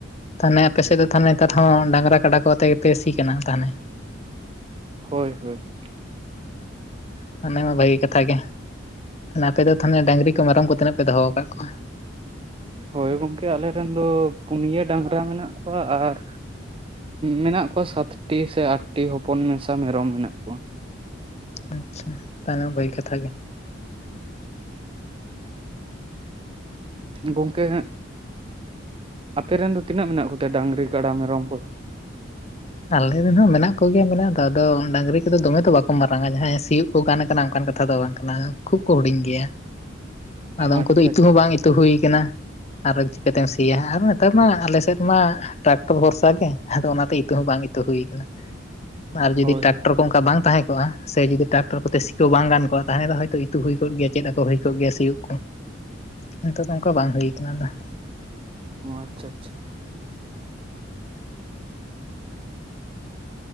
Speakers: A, on the left; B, on the right.
A: ᱛᱟᱦᱚᱞᱮ ᱟᱯᱮ ᱥᱮᱫ ᱫᱚ ᱛᱟᱦᱚᱞᱮ ᱱᱮᱛᱟᱨ ᱦᱚᱸ ᱰᱟᱝᱨᱟ ᱠᱟᱰᱟ ᱠᱚ ᱟᱛᱮ ᱜᱮᱯᱮ ᱥᱤ ᱠᱟᱱᱟ ᱛᱟᱦᱚᱞᱮ ᱾
B: ᱦᱳᱭ ᱦᱳᱭ ᱾
A: ᱦᱚᱸ ᱛᱟᱦᱚᱞᱮ ᱢᱟ ᱵᱷᱟᱹᱜᱤ ᱠᱟᱛᱷᱟ ᱜᱮ ᱾ ᱟᱯᱮ ᱫᱚ ᱛᱟᱦᱚᱞᱮ ᱰᱟᱝᱨᱤ ᱠᱚ ᱢᱮᱨᱚᱢ ᱠᱚ ᱛᱤᱱᱟᱹᱜ ᱯᱮ ᱫᱚᱦᱚ ᱟᱠᱟᱫ ᱠᱚᱣᱟ?
B: ᱦᱳᱭ ᱜᱚᱢᱠᱮ ᱟᱞᱮ ᱨᱮᱱ ᱫᱚ ᱯᱩᱱᱭᱟᱹ ᱰᱟᱝᱨᱟ ᱢᱮᱱᱟᱜ ᱠᱚᱣᱟ ᱟᱨ ᱢᱮᱱᱟᱜ ᱠᱚᱣᱟ ᱥᱟᱛᱴᱤ ᱥᱮ ᱟᱴᱴᱤ ᱦᱚᱯᱚᱱ ᱢᱮᱥᱟ ᱢᱮᱨᱚᱢ ᱢᱮᱱᱟᱜ ᱠᱚᱣᱟ ᱾
A: ᱟᱪᱪᱷᱟ ᱛᱟᱦᱮ ᱵᱟᱹᱭ ᱠᱟᱛᱷᱟᱜ ᱜᱮ ᱾
B: ᱜᱚᱝᱠᱮ ᱟᱯᱮ ᱨᱮᱱ ᱫᱚ ᱛᱤᱱᱟᱹᱜ ᱢᱮᱱᱟᱜ ᱠᱚᱛᱮ ᱰᱟᱝᱨᱤ ᱠᱟᱰᱟ ᱢᱮᱨᱚᱢ ᱠᱚᱫᱚ?
A: ᱟᱞᱮ ᱨᱮᱱ ᱦᱚᱸ ᱢᱮᱱᱟᱜ ᱠᱚᱜᱮᱭᱟ ᱢᱮᱱᱟᱜ ᱫᱚ ᱟᱫᱚ ᱰᱟᱹᱝᱨᱤ ᱠᱚᱫᱚ ᱫᱚᱢᱮ ᱫᱚ ᱵᱟᱠᱚ ᱢᱟᱨᱟᱝᱟ ᱡᱟᱦᱟᱸᱭ ᱥᱤᱭᱳᱜ ᱠᱚ ᱜᱟᱱ ᱟᱠᱟᱱᱟ ᱚᱱᱠᱟᱱ ᱠᱟᱛᱷᱟ ᱫᱚ ᱵᱟᱝ ᱠᱟᱱᱟ, ᱠᱷᱩᱵ ᱠᱚ ᱦᱩᱰᱤᱧ ᱜᱮᱭᱟ, ᱟᱫᱚ ᱩᱱᱠᱩ
B: ᱟᱪᱪᱷᱟ
A: ᱫᱚ ᱤᱛᱩ ᱦᱚᱸ ᱵᱟᱝ ᱤᱛᱩ ᱦᱩᱭ ᱟᱠᱟᱱᱟ ᱾ ᱟᱨ ᱪᱤᱠᱟᱹᱛᱮᱢ ᱥᱤᱭᱟ ᱟᱨ ᱱᱮᱛᱟᱨ ᱢᱟ ᱟᱞᱮᱥᱮᱫ ᱢᱟ ᱴᱨᱟᱠᱴᱚᱨ ᱵᱷᱚᱨᱥᱟ ᱜᱮ ᱟᱫᱚ ᱚᱱᱟᱛᱮ, <inaudible> ᱵᱟᱝ ᱤᱛᱟᱹ ᱦᱩᱭᱟ ᱟᱠᱟᱱᱟ ᱟᱨ ᱡᱩᱫᱤ
B: ᱦᱳᱭ
A: ᱴᱨᱟᱠᱴᱚᱨ <inaudible> ᱚᱱᱠᱟ ᱵᱟᱝ ᱛᱟᱦᱮᱸ ᱠᱚᱜᱼᱟ ᱥᱮ ᱡᱩᱫᱤ ᱴᱨᱟᱠᱴᱚᱨ ᱠᱚᱛᱮ ᱥᱤ ᱠᱚᱣᱟ ᱵᱟᱝ ᱜᱟᱱ ᱠᱚᱼᱟ ᱛᱟᱦᱚᱞ ᱫᱚ ᱦᱚᱳᱭᱛᱚ ᱤᱛᱩ ᱦᱩᱭ ᱠᱚᱜ ᱜᱮᱭᱟ ᱪᱮᱫ ᱟᱠᱚ ᱦᱩᱭ ᱠᱚᱜ ᱜᱮᱭᱟ ᱥᱤᱭᱳᱜ ᱱᱤᱛᱚᱜ ᱫᱚ ᱚᱱᱠᱟ ᱵᱟᱝ ᱦᱩᱭᱩ ᱠᱟᱱᱟ ᱟᱫᱚ ᱾
B: ᱚ ᱟᱪᱪᱷᱟ ᱟᱪᱪᱷᱟ ᱾